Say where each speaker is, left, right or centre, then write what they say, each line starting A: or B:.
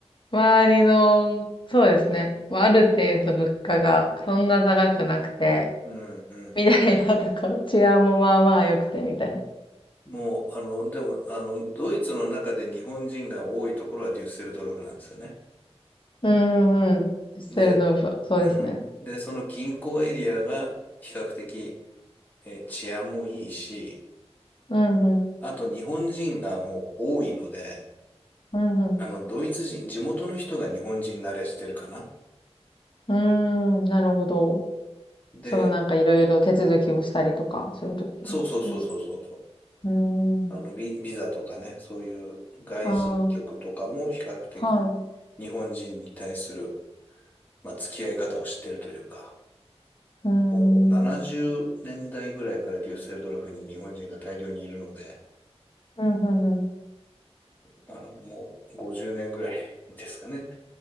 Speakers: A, on the left; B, on the left.
A: 周りの、そうですね。まあある程度物価がそんな高くなくて、
B: うん、うん。
A: みたいなところ。<laughs> 治安もまあまあ良くてみたいな。
B: もう、あの、でも、あの、ドイツの中で日本人が多いところはデュッセルドルフなんですよね。
A: うんうん。デュッセルドルフは、
B: で、
A: そうですね。
B: うん。で、その近郊エリアが比較的、えー治安もいいし、
A: うんうん。
B: あと日本人がもう多いので、
A: うんう
B: あの、ドイツ人、地元の人が日本人慣れしてるかな。
A: ん。うーん、なるほど。
B: で、
A: そのなんかいろいろ手続きをしたりとか、そういう時のことですか。
B: そうそうそうそうそうそう。
A: うーん。
B: あの、ビ、ビザとかね、そういう外人局とかも比較的日本人に対する、
A: ああ、はい。
B: まあ、付き合い方を知ってるというか。
A: うーん。
B: もう70年代ぐらいからデュッセルドルフに日本人が大量にいるので、
A: うん、うん
B: あの、もう50年ぐらいですかね。